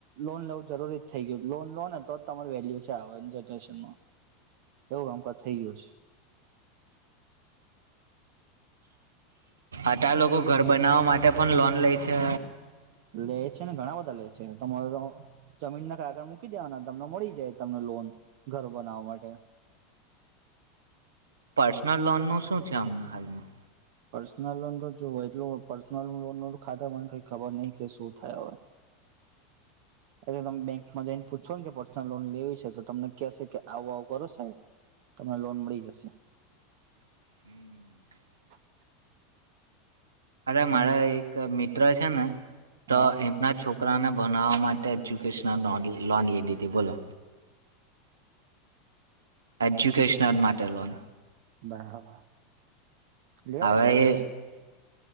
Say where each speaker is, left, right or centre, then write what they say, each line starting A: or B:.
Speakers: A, on the right; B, on the right.
A: લોન લેવું જરૂરી જ થઇ ગયું લોન લો ને તો જ તમાર વેલ્યુ છે આ જનરેશનમાં એવું આમક થઈ ગયું છે
B: આટલા લોકો ઘર બનાવવા માટે પણ લોન લે છે
A: લે છે ને ઘણા બધા લે છે તમારે જમીનના કાગળ મૂકી દેવાના તમને મળી જાય તમને લોન ઘર બનાવવા માટે
B: પર્સનલ લોન ન શું છે હમણા હાલમાં
A: પર્સનલ લોન તો જોય એટલ પર્સનલ લોન ન ખાતા મને કઈ ખબર નહ કે શું થાય હવે એટલે તમે બેંકમાં જઈને પૂછો ને કે પર્સનલ લોન લેવી છે તો તમને કેશે કે આવું આવું કરો સાહેબ તમને લોન મળી જશે
B: હમ
A: <inaudible>
B: અરે
A: સમજ
B: મારે એક મ મિત્ર એ છેને તો
A: હા
B: એમના છોકરા છોકરાને ભણવા માટે એજ્યુકેશનલ લોન લીધી હતી બોલો એજ્યુકેશનલ માટે લોન
A: બરાબર લેવાય
B: હવે
A: ને લેવા
B: એ